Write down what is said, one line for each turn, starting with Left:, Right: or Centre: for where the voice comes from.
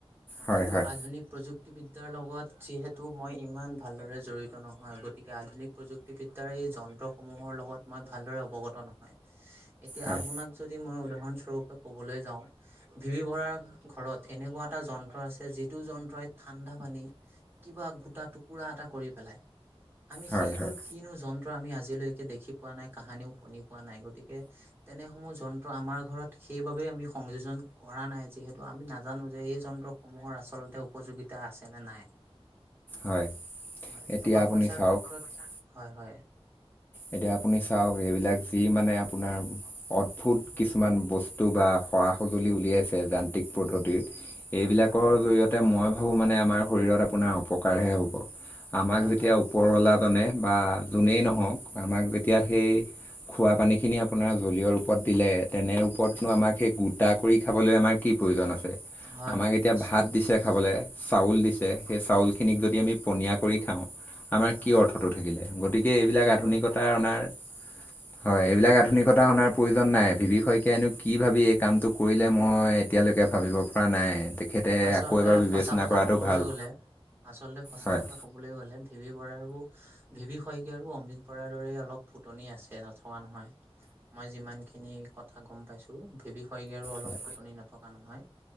Left: হয়
Right: কিন্তু
Left: হয়
Right: আধুনিক প্ৰযুক্তিৰ যোক্তিবিদ্যাৰ লগত যিহেতু মই ইমান ভালদৰে জড়িত নহয় গতিকে আধুনিক প্ৰযুক্তিবদ্যয়াৰ এই যন্ত্ৰসমূহৰ লগত মই ভালদৰে অৱগত নহয়। এতিয়া
Left: হয়
Right: আপোনাক যদি মই উদাহৰণস্বৰূপে ক'বলৈ যাওঁ ভিভি ভৰাৰ ঘৰত এনেকুৱা এটা যন্ত্ৰ আছে যিটো যন্ত্ৰই ঠাণ্ডা পানী কিবা গোটা টুকুৰা এটা কৰি পেলাই আমি
Left: হয়
Right: সেইবোৰ
Left: হয়
Right: কিনো যন্ত্ৰ আমি আজিলৈকে দেখি পোৱা নাই, কাহানিও শুনি পোৱা নাই গতিকে তেনেসমূহ যন্ত্ৰ আমাৰ ঘৰত সেইবাবেই আমি সংযোজন কৰা নাই যিহেতু আমি নাজানো যে এই যন্ত্ৰসমূহৰ আচলতে উপযোগিতা আছেনে নাই।
Left: হয়
Right: হয়।
Left: এতিয়া
Right: টকা
Left: আপুনি
Right: পইচাৰ
Left: চাওক
Right: ক্ষেত্ৰত হয়, হয়।
Left: এতিয়া আপুনি চাওক এইবিলাক যি মানে আপোনাৰ অদ্ভুত কিছুমান বস্তু বা সৰা সঁজুলি উলিয়াইছে যান্ত্ৰিক পদ্ধতিৰ, এইবিলাকৰ
Right: হয় হয়
Left: জৰিয়তে মই ভাবোঁ মানে আমাৰ শৰীৰৰত আপোনাৰ অপকাৰহে হ'ব। আমাক
Right: হয়
Left: যেতিয়া ওপৰৱালাজনে বা যোনেই নহওক আমাক যেতিয়া
Right: হয়
Left: সেই খোৱা পানীখিনি আপোনাৰ জলীয়ৰ ওপৰত দিলে তেনে ওপৰতনো
Right: হয়
Left: আমাক সেই গোট টা কৰি খাবলৈ আমাৰ কি প্ৰয়োজন আছে,
Right: হয়
Left: আমাক
Right: হয়
Left: এতিয়া
Right: নিশ্চয়
Left: ভাত দিছে খাবলৈ। চাউল দিছে, সেই চাউলখিনিক যদি আমি পনীয়া কৰি খাওঁ আমাৰ
Right: হয়
Left: কি অৰ্থটো থাকিলে। গতিকে এইবিলাক
Right: সেইটোৱে
Left: আধুনিকতা
Right: ময়ো সেইটোৱে
Left: অনাৰ
Right: কৈছো
Left: হয়, এইবিলাক আধুনিকতা অনাৰ প্ৰয়োজন নাই বিবি শইকীয়নো কি ভাবি এই কামটো কৰিলে মই এতিয়ালৈকে ভাবিব পৰা নাই। তেখেতে
Right: আচলতে
Left: আকৌ এবাৰ বিবেচনা
Right: সঁচা কথা
Left: কৰাটো
Right: ক'বলৈ
Left: ভাল
Right: গ'লে আচলতে সঁচা
Left: হয়
Right: কথা। ক'বলৈ গ'লে বিবি বৰাৰো। ভিভি শইকীয়া আৰু অমৃত বৰাৰ দৰে অলপ ফুটনি আছে নথকা নহয়। মই যিমান খিনি কথা গম পাইছো ভেৱ হয়গৈ আৰু অলপ
Left: হয়
Right: ফুটনি নথকা নহয়,